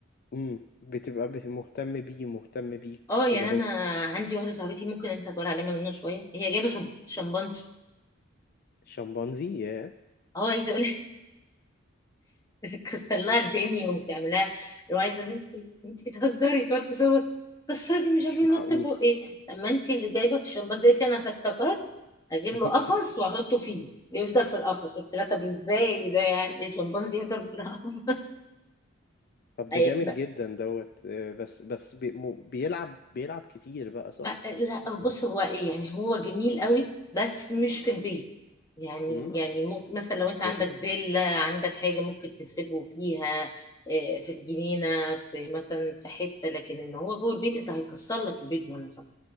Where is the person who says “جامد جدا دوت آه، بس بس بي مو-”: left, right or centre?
Left